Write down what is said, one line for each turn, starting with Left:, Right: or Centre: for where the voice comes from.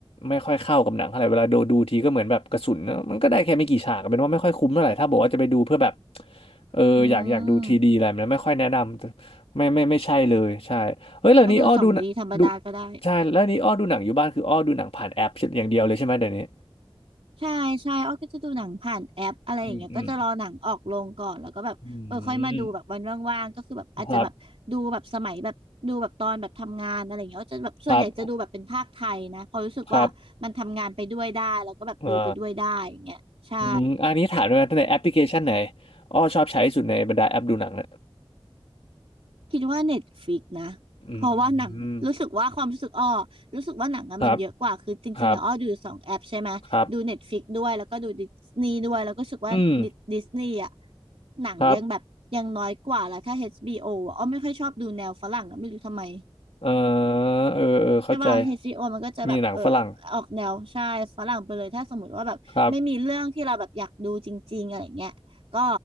Left: ไม่ค่อยเข้ากับหนังเท่าไหร่เวลาดูดูทีก็เหมือนแบบกระสุนนะมันก็ได้แค่ไม่กี่ฉากเป็นว่าไม่ค่อยคุ้มเท่าไหร่ถ้าบอกว่าจะไปดูเพื่อแบบเอออยากอยากดูทีดีอะไรแบบนั้นไม่ค่อยแนะนำไม่ไม่ไม่ใช่เลยใช่เฮ้ยแล้วนี้อ้อดูหนังดู
Right: อืมก็ดูสองดีธรรมดาก็ได้
Left: ใช่แล้วนี้อ้อดูหนังอยู่บ้านคืออ้อดูหนังผ่านแอปอย่างเดียวเลยใช่ไหมเดี๋ยวนี้
Right: ใช่ใช่อ้อก็จะดูหนังผ่านแอปอะไรอย่างเงี้ยก็จะรอหนังออกโรงก่อนแล้วก็แบบเออค่อยมาดูแบบวันว่างๆก็คือแบบอาจจะแบบดูแบบสมัยแบบดูแบบตอนแบบทำงานอะไรอย่างเงี้ยก็จะแบบส่วนใหญ่จะดูแบบเป็นภาคไทยนะเพอราะรู้สึกว่ามันทำงานไปด้วยได้แล้วก็แบบดูไปด้วยได้อย่างเงี้ยใช่
Left: อืมอืมอืมครับครับครับอ่าอืมอันนี้ถามด้วยนะในแอปพลิเคชันไหนอ้อชอบใช้ที่สุดในบรรดาแอปดูหนังเนี่ย
Right: คิดว่าเน็ตฟ i ิกนะเพราะว่าหนังรู้สึกว่าความรู้สึกอ้อรู้สึกว่าหนังอะมันเยอะกว่าคือจริงๆอะอ้อดูสองแอปใช่ไหมดูเน็ตฟ
Left: อืมครับครับ ครับ
Right: i ิกด้วยแล้วก็ดูดิสนีย์ด้วยแล้วก็รู้สึกว่า
Left: อืม
Right: ดิสนีย์อะหนังยังแบบยังน้อยกว่าแล้วถ้า
Left: ครับ
Right: HBO อชบีโออะอ้อไม่ค่อยชอบดูแนวฝรั่งอะไม่รู้ทำไม
Left: เออเออเออเข้าใจ
Right: ใช่ป่ะ HBO มันก็จะแบบเออ
Left: มีหนังฝรั่ง
Right: ออกแนวใช่ฝรั่งไปเลยถ้าสมมติว่าแบบไม่มีเรื่องที่เราแบบอยากดูจริงๆอะไรเงี้ยก็
Left: ครับ